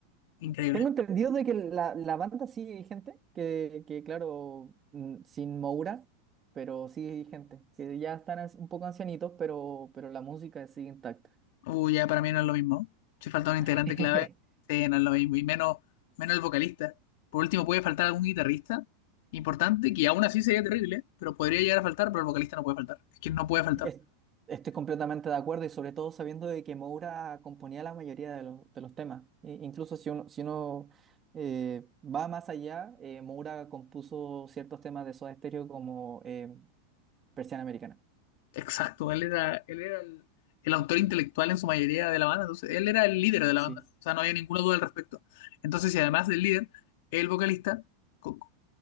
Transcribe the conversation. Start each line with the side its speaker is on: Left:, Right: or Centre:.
Left: increíble.
Right: Tengo entendido de que la, la banda sigue vigente, que, que claro, mm, sin Moura, pero sigue vigente, que ya están as- un poco ancianitos, pero, pero la música sigue intacta.
Left: Uy, ya para mí no es lo mismo. Si falta un integrante
Right: <laughs>
Left: clave, sí, no es lo mismo. Y menos, menos el vocalista. Por último, puede faltar algún guitarrista importante, que aún así sería terrible, ¿eh? pero podría llegar a faltar, pero el vocalista no puede faltar. Es que no puede faltar.
Right: Es- Estoy completamente de acuerdo y sobre todo sabiendo de que Moura componía la mayoría de los, de los temas. E- incluso si uno, si uno eh, va más allá, eh, Moura compuso ciertos temas de Soda Stereo como eh, Persiana Americana.
Left: Exacto, él era, él era el, el autor intelectual en su mayoría de la banda, entonces él era el líder de la
Right: Sí,
Left: banda, o sea, no había ninguna duda al respecto. Entonces, si además del líder, el vocalista, co- co-